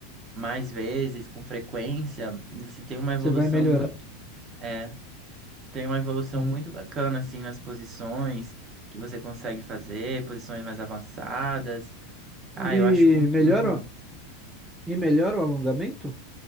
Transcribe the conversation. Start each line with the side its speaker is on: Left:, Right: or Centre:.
Right: mais vezes, com frequência, você tem uma evolução
Centre: Você vai melhorar.
Right: muito, é, tem uma evolução
Centre: Hum.
Right: muito bacana assim nas posições que você consegue fazer, posições mais avançadas. Ah,
Centre: E
Right: eu acho muito,
Centre: melhora,
Right: muito bom.
Centre: e melhora o alongamento